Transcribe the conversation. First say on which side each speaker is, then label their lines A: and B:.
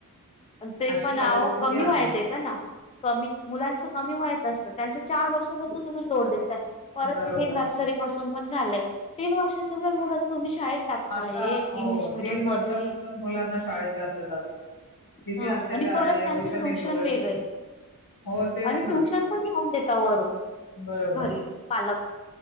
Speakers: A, on the left; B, on the left.
A: ते
B: अशी
A: पण
B: परिस्थिती
A: अवो कमी
B: आहे
A: वयात येत ना, कमी, मुलांच कमी वयचं असतं. त्यांच चार वर्ष पासना तुम्ही लोड देताय. परत
B: बरोबर
A: ते हे नर्सरी पासून. पण झालय. तीन वर्षाची जर मुलं तुम्ही शाळेत टाकताय
B: आता, हो,
A: इंग्लिश मिडियम
B: तीन वर्षापासून
A: मध्ये
B: मुलं मुलांना शाळेत घातलं जातं. किती
A: ह
B: अत्याचार
A: आणि परत
B: आहे एवढीशा
A: त्यांचे ट्युशन
B: मेंदूवर
A: वेगळे.
B: हो तेच
A: आणि
B: ना
A: ट्युशन पण लावून देता वरून,
B: बरोबर
A: घरी. पालक